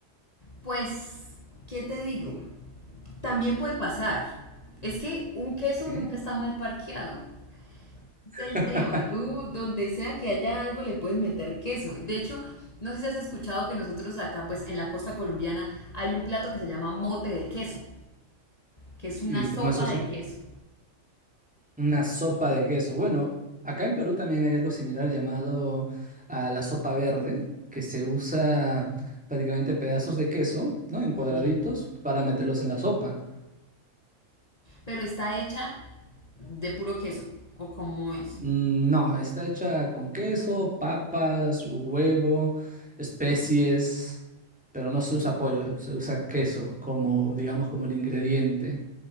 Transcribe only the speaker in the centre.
¿Qué?
<laughs>
¿Y
cómo es eso?
Una sopa de queso. Bueno, acá en Perú también hay algo similar llamado a la sopa verde, que se usa prácticamente pedazos de queso, ¿no? En cuadraditos
para meterlos en la sopa.
Mm, No, está hecha con queso, papas, huevo, especies, pero no se usa pollo, se usa queso como, digamos, como el ingrediente